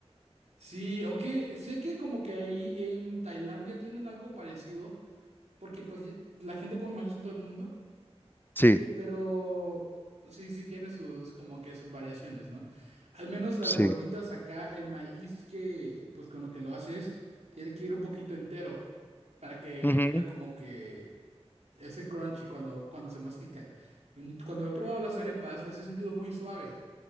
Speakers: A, on the right; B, on the left.
A: Sí, aunque sé que como que ahí en Tailandia tienen algo parecido, porque pues ye- la gente come maíz en todo el mundo,
B: Sí,
A: Ya, Pero sí, sí tiene sus, como que sus variaciones, ¿no? Al menos las
B: sí.
A: gorditas acá, el maíz que, pues con lo que lo haces, tiene que ir un poquito entero para que
B: Ujú.
A: tenga como que ese crunchy cuando, cuando se mastica. En- Cuando he probado las arepas, las he sentido muy suaves.